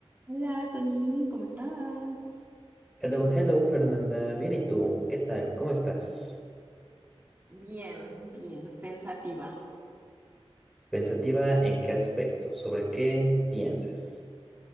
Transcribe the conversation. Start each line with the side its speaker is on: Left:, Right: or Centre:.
Right: Hola, Tony, ¿cómo estás?
Centre: Hello, hello Fernanda, bien y tú, ¿qué tal? ¿Cómo estás?
Right: Bien, bien, pensativa.
Centre: ¿Pensativa en qué aspecto? ¿Sobre qué piensas?